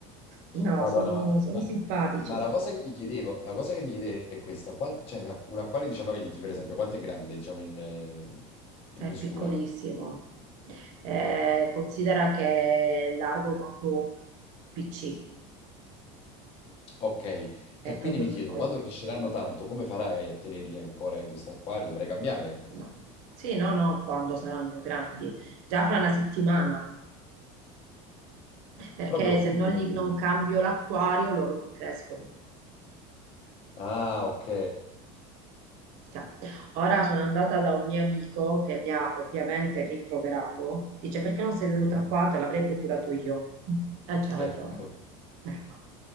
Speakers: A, on the right; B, on the left.
A: No,
B: Madonna,
A: sono,
B: ma,
A: sono
B: ma-
A: simpatici.
B: ma la cosa che mi chiedevo, la cosa che mi chiedevo è questa. Quan- cioè, la- un acquario di 19 litri, per esempio, quanto è grande, diciamo, in, eh, in
A: È
B: misura?
A: piccolissimo. Eh, considera che è largo quanto un PC,
B: Ok.
A: è
B: E
A: proprio
B: quindi mi
A: piccolo.
B: chiedo, quando cresceranno tanto, come farai a tenerli ancora in questo acquario? Dovrai cambiare.
A: No. Sì, no, no, quando saranno grandi. Già fra una settimana. perché
B: Proprio subito,
A: se non, li-
B: quindi.
A: non cambio l'acquario loro non crescono.
B: Ah, ok.
A: Cioè, ora sono andata da un mio amico che mi ha ovviamente rimproverato, dice perché non sei venuta
B: <laughs>
A: qua, te l'avrei procurato io. E c'ha ragione.
B: Ecco.
A: Ecco.